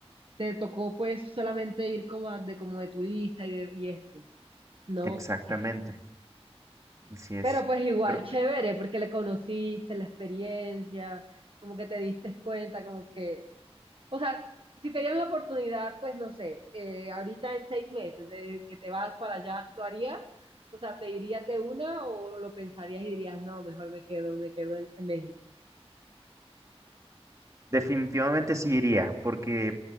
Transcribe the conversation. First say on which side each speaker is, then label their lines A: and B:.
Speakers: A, on the right; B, on the right.
A: te tocó pues solamente ir como a- de como de turista y, de- y esto, ¿no?
B: Exactamente,
A: Eh,
B: así es.
A: Pero pues igual
B: Pero
A: chévere, porque le conociste, la experiencia, como que te diste cuenta, como que, o sea, si te dieran la oportunidad, pues no sé, eh, ahorita en seis meses de que te vas para allá, ¿lo harías? O sea, ¿te irías de una o lo pensarías y dirías, no, mejor me quedo, me quedo en, en México?
B: definitivamente sí iría, porque